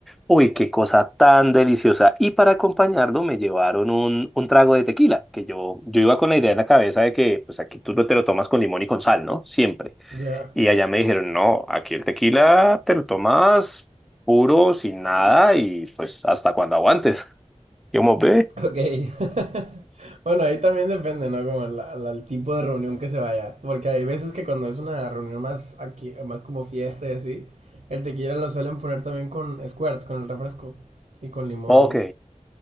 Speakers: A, in the centre; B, on the right.
A: Uy, qué cosa tan deliciosa. Y para acompañarlo me llevaron un, un trago de tequila, que yo, yo iba con la idea en la cabeza de que pues aquí tú lo- te lo tomas con limón y con sal, ¿no? Siempre.
B: Ya.
A: Y allá me dijeron, no, aquí el tequila te lo tomas puro, sin nada y pues hasta cuando aguantes. Yo como, ve.
B: Ok. <laughs> bueno, ahí también depende, ¿no? Como la- la- el tipo de reunión que se vaya. Porque hay veces que cuando es una reunión más aquí, más como fiesta y así, el tequila lo suelen poner también con squirts, con el refresco. Y con limón.
A: Ok.